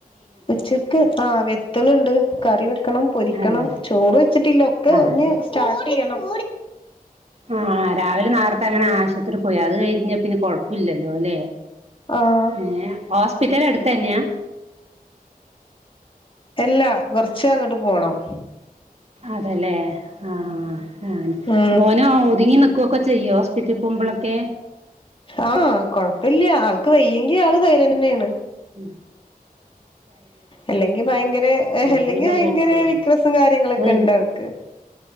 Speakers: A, on the left; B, on the right.
A: ഉച്ചക്ക് ആഹ് വെത്തള്ണ്ട് കറി വെക്കണം പൊരിക്കണം
B: അതെ അതെ
A: ചോറ് വെച്ചിട്ടില്ല ഒക്കെ
B: അതെ
A: ഞ് സ്റ്റാർട്ടെയ്യണം.
B: ആഹ് രാവിലെ നാർത്തെ അങ്ങനെ ആശുത്രി പോയി അത് കഴിഞ്ഞ പിന്നെ കൊഴപ്പല്ലല്ലോ അല്ലെ?
A: ആഹ്
B: ഏഹ് ഹോസ്പിറ്റല അടുത്തന്നെയാ?
A: എല്ലാ കൊർച്ച് അങ്ങട്ട് പോണം.
B: അതെലേ ആഹ് ആഹ്
A: ഉം
B: മോനോ ഒതുങ്ങി നിക്കൊക്കെ ചെയ്യോ? ചിറ്റിപ്പുമ്പളൊക്കെ
A: ആഹ് കൊഴ്പ്പല്ല ആൾക്ക് വയ്യെങ്കി ആള് സൈലന്റെന്നേണ്.
B: ഉം
A: അല്ലെങ്കി ഭയങ്കര
B: അപ്പൊ
A: അല്ലെങ്കി
B: പിന്നെ
A: വയ്ങ്കര
B: പേടിക്കല്ലേ
A: വിക്രസും കാര്യങ്ങളൊക്കെ
B: വീ
A: ഇണ്ടാ ക്ക്‌